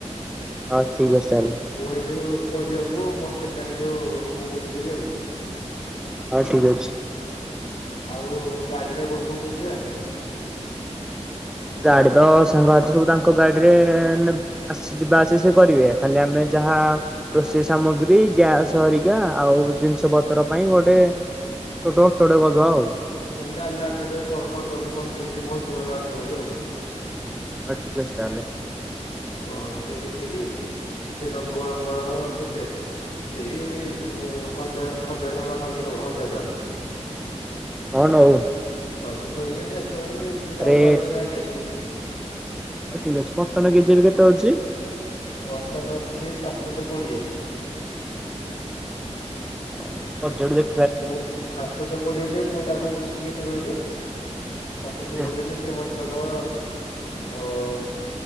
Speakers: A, in the centre; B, on the left (about 60°).
A: ଆଉ ଠିକ୍ ଅଛି ତାହେଲେ।
B: ମୁଁ ଏଇଠୁ ପରିବାକୁ ମଟନ ଟା ଏଇଠୁ ମୁଁ ବୁଝିଦେବି ଆଉ।
A: ହଉ ଠିକ ଅଛି।
B: ଆଉ ଗାଡି ଟା କୋଉଠି କ ବୁଝିବା?
A: ଗାଡି ତ ସାଙ୍ଗ ହାତ ସବୁ ତାଙ୍କ ଗାଡିରେ ନେ ଆସ ଯିବା ଆସିବା ସେ କରିବେ ଖାଲି ଆମେ ଯାହା ରୋଷେଇ ସାମଗ୍ରୀ ଗ୍ୟାସ ହରିକା ଆଉ ଜିନିଷ ପତ୍ର ପାଇଁ ଗୋଟେ ଛଟୋ ଟଡେ କରିଦବା ଆଉ।
B: କହେ ଡାଲା ଅଟୋ ଟା କୁ କ କରିଦବ ମୁଁ କହିଦେଇଚି ସେ ମହିତ ଘରୁ ଆଣିବ ହରି ଆଉ।
A: ହଁ ଠିକ୍ ଅଛି ତାହେଲେ।
B: ପଇସା କେତେ କି ସେ ନବ ଆମର କେତେ? ସେଇ ଉ ହଜା ହଜାର ଟଙ୍କା ପାଖାପାଖି ନବ ହଜାର ଟଙ୍କା।
A: ହଁ ନଉ
B: ହ ସେ ଥୋଇ କି ନେଇ ଆସିବ ମାନେ ମିିଲ ଟେ
A: ଆରେ
B: ତାକୁ ଦବାନି ସେ ଖାଇକି ଆସିବନି କି?
A: ହଉ ଠିକ ଅଛି ମଟନ୍ କେଜି ଏବେ କେତେ ଅଛି?
B: ମଟନ୍ ଅଛି ସାତଶହ କୋଡିଏ।
A: ଅ ବଜେଟ୍ ଦେଖ
B: ମୁଁ ସାତଶହ କୋଡିଏ ଯେ ମୁଁ ତାକୁ ବୁଝିଚି କେତେ କହିଲୁ ସାତଶହ
A: କେତେ?
B: କୋଡିଏ ହେଲେ ସେ ମତେ ଦବ ଅମ୍